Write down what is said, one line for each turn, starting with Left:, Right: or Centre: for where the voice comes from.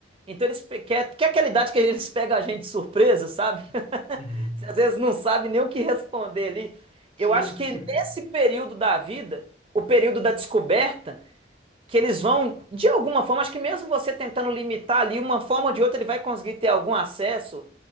Right: Então eles pe- quer, quer aquela idade que eles pegam a gente de surpresa, sabe? <laughs>
Left: Uhum.
Right: Você às vezes não sabe nem o que responder ali.
Left: Sim,
Right: Eu acho que
Left: <laughs>
Right: nesse período da vida, o período da descoberta, que eles vão, de alguma forma, acho que mesmo você tentando limitar ali, uma forma ou de outra, ele vai conseguir ter algum acesso